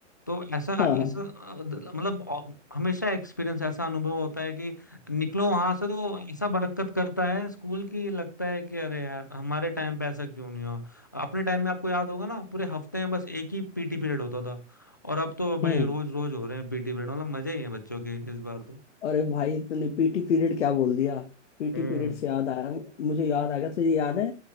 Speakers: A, on the left (about 15°); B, on the left (about 65°).
A: तो ऐसा
B: हाँ हाँ,
A: ऐसा अ, द- मतलब अ, हमेशा एक्सपीरियंस ऐसा अनुभव होता है कि निकलो वहां से तो ऐसा बरकत करता है स्कूल की लगता है कि अरे यार हमारे टाइम पे ऐसा क्यों नहीं हुआ अपने टाइम में आपको याद होगा ना पूरे हफ्ते में बस एक ही पीटी पीरियड होता था और अब तो भाई
B: हम्म
A: रोज रोज हो रहे हैं पीटी पीरियड मतलब मजे ही है बच्चों के इस बार तो
B: अरे भाई तूने पीटी पीरियड क्या बोल दिया पीटी
A: हम्म
B: पीरियड से याद आया मुझे याद आ गया तुझे याद है